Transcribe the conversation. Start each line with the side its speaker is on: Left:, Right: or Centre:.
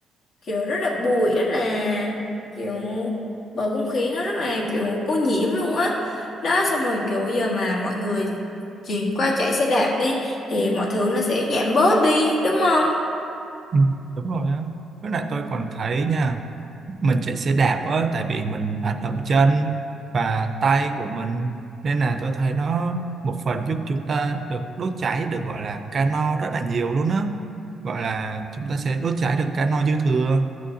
Left: kiểu rất là bụi rất là kiểu bầu không khí nó rất là kiểu ô nhiễm luôn á đó xong rồi kiểu bây giờ mà mọi người chuyển qua chạy xe đạp đi thì mọi thứ nó sẽ giảm bớt đi đúng không
Right: Ừ, đúng rồi á với lại tôi còn thấy nha mình chạy xe đạp á tại vì mình hoạt động chân và tay của mình nên là tôi thấy nó một phần giúp chúng ta được đốt cháy được gọi là calo rất là nhiều luôn á gọi là chúng ta sẽ đốt cháy được calo dư thừa